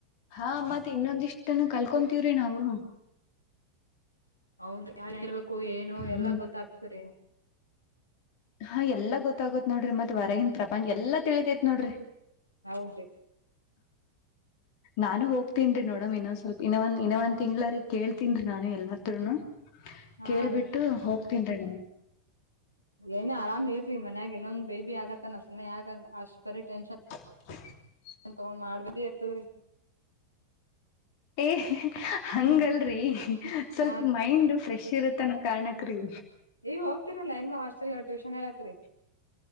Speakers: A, on the left (about 45°); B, on the left (about 90°).
A: ಹಾ ಮತ್ತತ್ ಇನ್ನೊಂದಿಷ್ಟನ್ನು ಕಲ್ಕೊತೀವ್ರಿ ನಾವು
B: ಹೌದ ಇರ್ಬೇಕು ಏನು
A: ಹ್ಮ್
B: ಎಲ್ಲ ಗೊತ್ತಾಗಕ್ತರಿ
A: ಹ ಎಲ್ಲಾ ಗೊತ್ತಾಗತ್ ನೋಡ್ರಿ ಮತ್ ಹೊರಗನ್ ಪ್ರಪಂಚ ಎಲ್ಲಾ ತಿಳಿತೇತ್ ನೋಡ್ರಿ
B: ಹೌದ್ರಿ
A: ನಾನು ಹೋಗ್ತೀನ್ಿ ನೋಡಮ್ ಇನ್ನೊಂದ್ ಸ್ವಲ್ಪ ಇನ್ನೊಂದ ಇನ್ನೊ ಒಂದ್ ತಿಂಗ್ಳರಿ ಕೇಳ್ತೀನ್ೀ ನಾನು ಎಲ್ಲು
B: ಹಾ
A: ಕೇಳ್ಬಿಟ್ಟು
B: ರೀ
A: ಹೋಗ ತಿಂಡಡ
B: ಏನ ಆರಾಮ್ ಇಲ್ರಿ ಮನ್ಯಾಗ ಇನ್ನೊಂದು ಬೇಬಿ ಆಗತ್ತಾನ ಸುಮ್ಮನೆ ಯಗ ಅಷ್ಟು ಬರೀ ಟೆನ್ಷನ್
A: <inaudible>
B: ನನ್ ತಗೊಂಡ್ ಮಾಡಬಿದ್ದೇ ಇರ್ತದ್ರಿ
A: ಏ ಹಂಗಲ್ರಿ
B: ಹ್ಮ್
A: ಸ್ವಲ್ಪ
B: ಹಾ ರೀ
A: ಮೈಂಡ್ ಫ್ರೆಶ್ ಇರುತ್ತನ ಕಣಕ್ ರೀ
B: ಈಗ ಹೋಗ್ತಿರಲ್ಲಾ ಹೆಂಗ ಹಾಸ್ಟೆಲ್ ಟ್ಯೂಷನ್ ಹೇಳಕ್ರಿ.